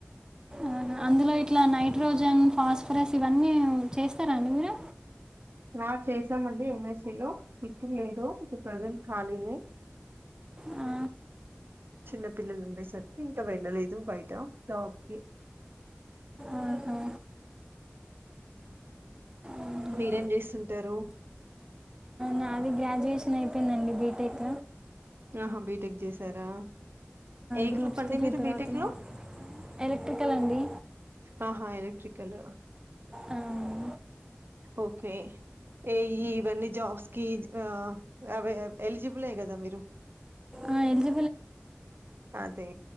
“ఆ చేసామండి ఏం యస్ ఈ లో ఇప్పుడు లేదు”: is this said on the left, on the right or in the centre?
Right